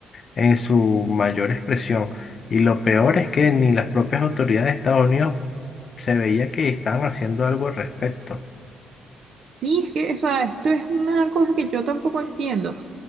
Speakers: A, on the left; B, on the right.
A: en su mayor expresión. Y lo peor es que ni las propias autoridades de Estados Unidos se veía que estaban haciendo algo al respecto.
B: Sí, es que, o sea, esto es una cosa que yo tampoco entiendo.